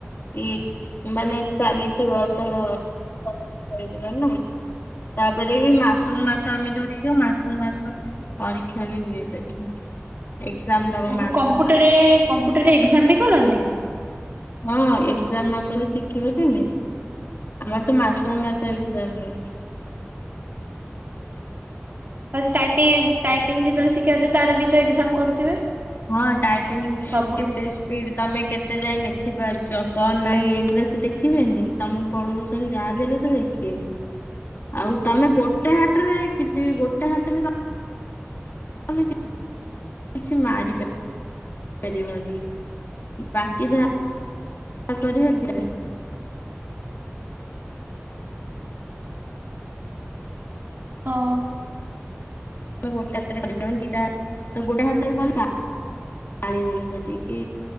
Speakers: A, on the left (about 50°); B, on the right (about 45°).
A: ଇକ୍ ମାନେ ଚାଲିଥିବ ତ <unintelligible> ହେଇଯିବ ନା। ତାପରେ ବି ମାସୁକୁ ମାସ ଆମେ ଯୋଉଠି କି ଯିବୁ ମାସୁକୁ ମାସ ପରୀକ୍ଷା ବି ହୁଏ ସେଠି। ଏକ୍ଜାମ ଦବ
B: ଓହୋ
A: ମାସକୁ
B: କମ୍ପୁଟରରେ
A: ମାସ
B: କମ୍ପୁଟରରେ ଏଗ୍ଜାମ ବି କରନ୍ତି?
A: ହଁ ଏକ୍ଜାମ ନ କଲେ ଶିଖିବ କେମିତି? ଆମର ତ ମାସକୁ ମାସ ଏଗ୍ଜାମ୍ ହୁଏ।
B: ଷ୍ଟାଟିଙ୍ଗ୍ ଟାଇପିଙ୍ଗ ଯେତେବେଳେ ଶିଖିବାକୁ ଯାଉଛୁ ତାର ବି ତ ଏଗ୍ଜାମ କରୁଥିବେ?
A: ହଁ ଟାଇପିଂ
B: ସବୁର।
A: କେତେ ସ୍ପିଡ଼୍ ତମେ କେତେ ଯାଏ ଲେଖିପାରୁଛ କଣ ନାହିଁ ଏଗୁଡା ସେ ଦେଖିବେନି ତମକୁ ପଢ଼ୁଉଛ ତେଣୁ ଯାହା ବି ହେଲେ ସେ ଦେଖିବେ। ଆଉ ତମେ ଗୋଟେ ଗୋଟେ ହାଟରେ କିଛି ଗୋଟେ ହାତରେ ତମେ କିଛି ମାରି ପା ପାରିବନି ବାକି ଯାହା କରିବ <unintelligible>
B: ଅ
A: ତମେ ଗୋଟେ ହାତରେ <unintelligible> ଦିଟା ତ ଗୋଟେ ହାତରେ ଗଲା। ପାଳିଦେବେ ସେଠି କି,